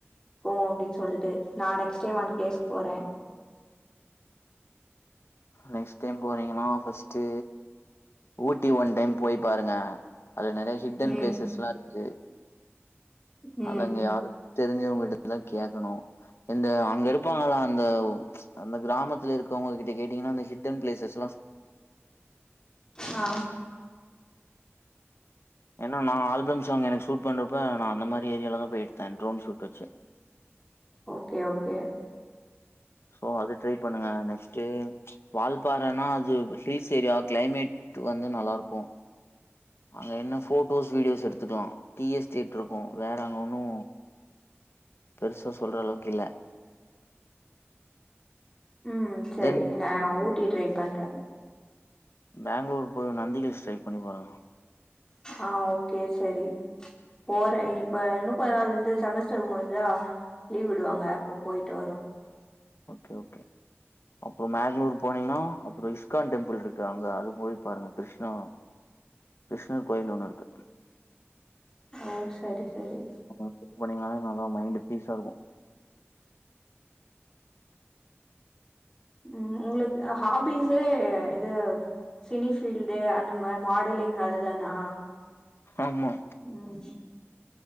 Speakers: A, on the left; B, on the left.
A: போவோ அப்டின்னு சொல்ட்டு நா நெக்ஸ்ட் டைம் அந்த பிளேஸ்கு போறே
B: நெக்ஸ்ட் டைம் போறீங்கன்னா ஃபஸ்ட்டு ஊட்டி ஒன் டைம் போய் பாருங்க அதுல நிறைய ஹிட்டன்
A: ம்,
B: பிளேசஸ்லா இருக்கு
A: ம்.
B: அத
A: ம்.
B: அங்க யாரு தெரிஞ்சவங்கிட்டதா கேக்கணு இந்த அங்க இருப்பாங்கள அந்த அந்த கிராமத்துல இருக்கவங்க கிட்ட கேட்டீங்கன்னா அந்த ஹிட்டன் பிளேசஸ்
A: ஆ
B: ஏன்னா நா ஆல்பம் சாங் எனக்கு ஷூட் பண்றப்ப நா அந்த மாரி ஏரியால தா எடுத்தே ட்ரோன் ஷூட் வெச்சு
A: ஓகே ஓகே
B: சோ அது ட்ரை பண்ணுங்க நெக்ஸ்ட்டு வால்பாறன்னா அது ஹில்ஸ் ஏரியா கிளைமேட் வந்து நல்லாருக்கோ அங்க என்ன ஃபோட்டோஸ் வீடியோஸ் எடுத்துக்கலா டி எஸ்டேட் இருக்கோ வேற அங்க ஒன்னோ பெருசா சொல்ற அளவுக்கு இல்ல
A: ம் செரி
B: தென்
A: நா ஊட்டி ட்ரை பண்ற
B: பெங்ளூரு போய் நந்தி ஹில்ஸ் ட்ரை பண்ணி பாருங்க
A: ஆ ஓகே செரி போறே இப்ப இன்னு கொஞ்ச நாள்ல வந்து செமஸ்டர் முடிஞ்சா லீவ் விடுவாங்க அப்போ போயிட்டு வரோ
B: ஓகே ஓகே அப்போ மேங்ளூர் போனீங்கன்னா அப்புறோ இஸ்கான் டெம்பிள் இருக்கு அங்க அது போய் பாருங்க கிருஷ்ணா கிருஷ்ணர் கோயில் ஒண்ணு இருக்கு
A: ஓ செரி செரி
B: அங்க <unintelligible> பண்ணீங்கனாலே நல்லா மைண்ட் ஃபீஸா இருக்கோ
A: ம் உங்களுக்கு ஹாபிஸ்ஸே இது சினி ஃபீல்ட்டு அந்த மாரி மா டலிங் அதுதானா
B: ஆமா
A: ம்